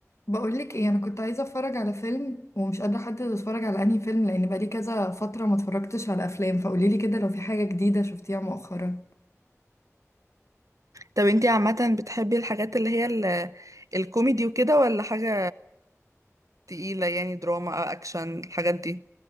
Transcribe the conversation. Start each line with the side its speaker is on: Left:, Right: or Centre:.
Left: بقولك ايه انا كنت عايزه اتفرج على فيلم ومش قادره احدد اتفرج على انهي فيلم لان بقالي كذا فتره ما اتفرجتش على افلام فقوليلي كده لو في حاجه جديده شفتيها مؤخرا
Right: طب انتي عامة بتحبي الحاجات اللي هي ال- الكوميدي وكده ولا حاجة تقيلة يعني دراما اكشن الحاجات دي